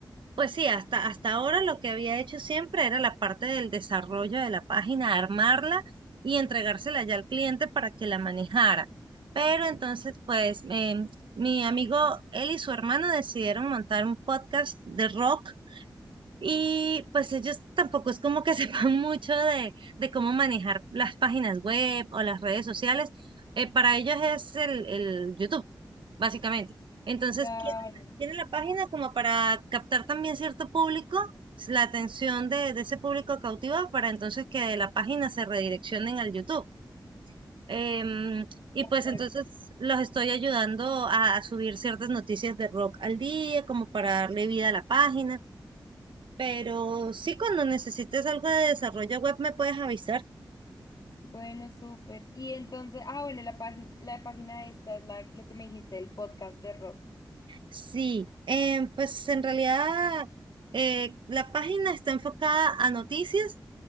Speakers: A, on the right; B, on the left.
A: Pues sí, hasta, hasta ahora lo que había hecho siempre era la parte del desarrollo de la página, armarla y entregársela ya al cliente para que la manejara. Pero entonces, pues, em, mi amigo él y su hermano decidieron montar un podcast de rock y pues ellos tampoco es como que <laughs> sepan mucho de, de cómo manejar las páginas web o las redes sociales. Eh, para ellos es el, el YouTube, básicamente. Entonces,
B: Claro,
A: tienen tienen la página como para captar también cierto público, la atención de, de ese público cautiva, para entonces que de la página se redireccionen al YouTube. Em, y pues
B: claro,
A: entonces
B: claro.
A: los estoy ayudando a, a subir ciertas noticias de rock al día, como para darle vida a la página pero sí, cuando necesites algo de desarrollo web me puedes avisar.
B: Bueno, súper. Y entonces, ah, bueno, la página, la página esta es la, lo que me dijiste, el podcast de rock.
A: Sí, em, pues en realidad eh, la página está enfocada a noticias